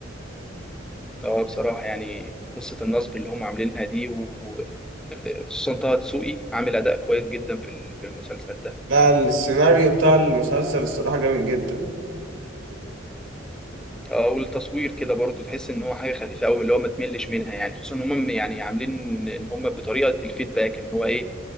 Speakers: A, in the centre; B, on the right.
A: اه بصراحة يعني قصة النصب اللي هم عاملينها دي وخصوصا طه دسوقي عامل أداء كويس جدا في ال- في المسلسل ده
B: لا السيناريو بتاع المسلسل الصراحة جامد جدا يعني
A: اه والتصوير كده برضو تحس إن هو حاجة خفيفة أوي اللي هو ما تملش منها يعني خصوصا إن هم يعني عاملين إن هم بطريقة الفيدباك إن هو إيه